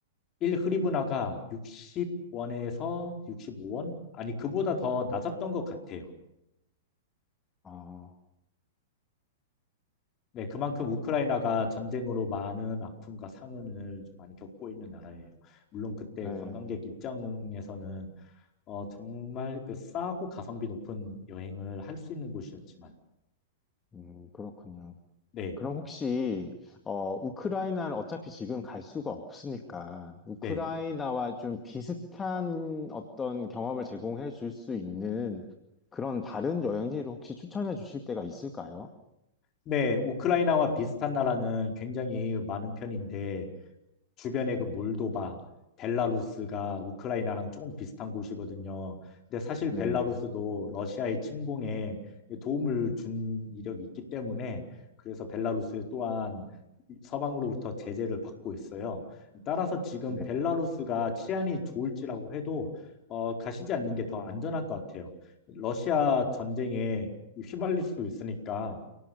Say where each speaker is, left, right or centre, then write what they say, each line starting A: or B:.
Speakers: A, on the left; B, on the left.
A: 1 흐리브나가 60원에서 65원? 아니, 그보다 더 낮았던 것 같아요.
B: 아,
A: 네, 그만큼 우크라이나가 전쟁으로 많은 아픔과 상흔을 좀 많이 겪고 있는 나라예요. 물론 그때
B: 네.
A: 관광객 입장에서는 어, 정말 그 싸고 가성비 높은 여행을 할 수 있는 곳이었지만,
B: 음, 그렇군요.
A: 네,
B: 그럼 혹시 어 우크라이나를 어차피 지금 갈 수가 없으니까 우크라이나와
A: 네,
B: 좀 비슷한 어떤 경험을 제공해 줄 수 있는 그런 다른 여행지를 혹시 추천해 주실 때가 있을까요?
A: 네, 우크라이나와 비슷한 나라는 굉장히 많은 편인데, 주변에 그 몰도바, 벨라루스가 우크라이나랑 조금 비슷한 곳이거든요. 근데 사실
B: 네.
A: 벨라루스도 러시아의 침공에 도움을 준 이력이 있기 때문에 그래서 벨라루스 또한 서방으로부터 제재를 받고 있어요. 따라서 지금
B: 네.
A: 벨라루스가 치안이 좋을지라고 해도 어, 가시지 않는 게 더 안전할 것 같아요. 러시아 전쟁에 휘말릴 수도 있으니까